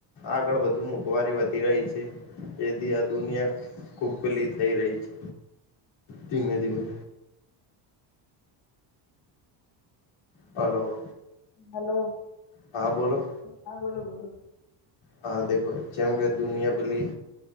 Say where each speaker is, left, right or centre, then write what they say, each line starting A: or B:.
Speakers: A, on the left (about 80°); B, on the left (about 55°).
A: આગળ વધુ મોંઘવારી વધી રહી છે એથી આ દુનિયા ખૂબ પેલી થઈ રહી છે, ધીમે ધીમે હલો.
B: હલો.
A: હા બોલો
B: હા બોલો બોલો
A: હા દેખો જેમ કે દુનિયા પેલી